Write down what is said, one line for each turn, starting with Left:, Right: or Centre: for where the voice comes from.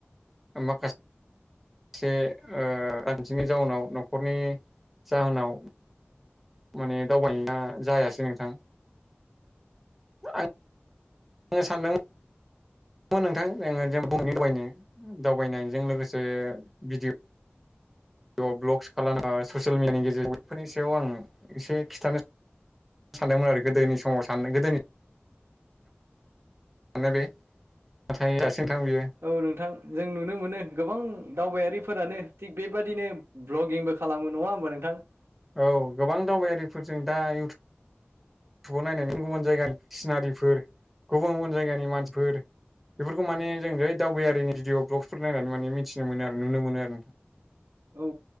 Centre: माखा एसे रानसेनि जाउनाव नखरनि जाहोनाव माने दावबायनाया जायासै नोंथां। आं सानदों नोंथां जोंङो जों बुंनो दावनो दावबायनायजों लोगोसे भिडिअ भ ब्लगस खालाम ससियेल मिडियानि गेजेरजों बेफोरनि सायाव आं एसे खिन्थानो सानो। सानदोंमोन आरो गोदोनि समाव सान गोदोनि मानो बे नाथाय थां बियो
Right: औ नोंथां जों नुनो मोनो। गोबां दावबायारिफोरानो थिग बेबादिनो भ्लगिंबो खालामो नङा होमबा नोंथां।
Centre: औ गोबां दावबायारिफोरजों दा इउटुब टुबाव नायनानै गुबुन गुबुन जायगानि सिनारिफोर गुबुन गुबुन जायगानि मानसिफोर बेफोरखौ माने जों जै दावबायारिनि भिडिअ ब्लगसफोर नायनानै माने मिथि मोनो आरो नुनो मोनो आरो नोंथां।
Right: औ